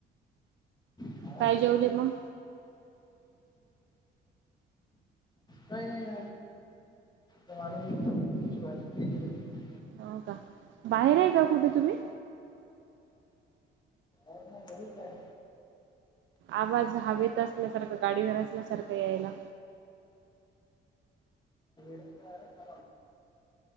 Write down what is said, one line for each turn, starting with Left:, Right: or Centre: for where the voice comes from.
Left: हा
Right: काय जेवले मग
Left: काही नाही वा <unintelligible> भाजी केली होती
Right: हो का बाहेर आहे का कुठे तुम्ही.
Left: काय नाही घरीच हाय.
Right: आवाज हवेत असल्यासारखं गाडीवर असल्यासारखं यायला.
Left: <inaudible>